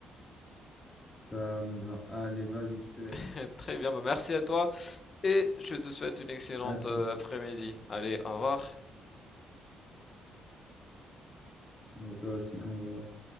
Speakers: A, on the left; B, on the left.
A: Ça me va. Allez, vas-y, je te laisse.
B: <laughs> Très bien, bah merci à toi et je te souhaite une excellente
A: À toute.
B: euh, après-midi. Allez, au revoir.
A: Et toi aussi, au revoir.